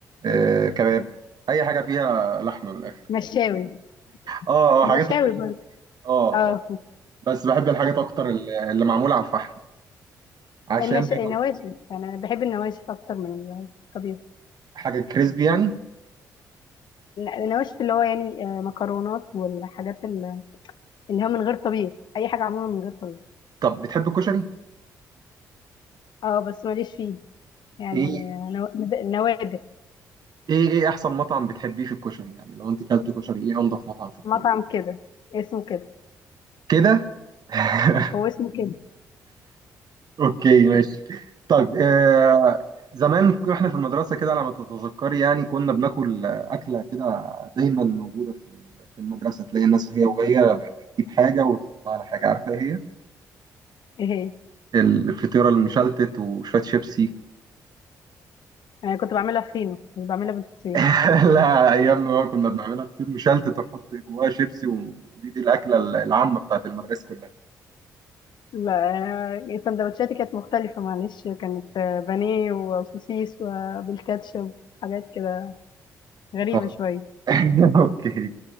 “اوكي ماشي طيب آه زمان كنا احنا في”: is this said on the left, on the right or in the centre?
Right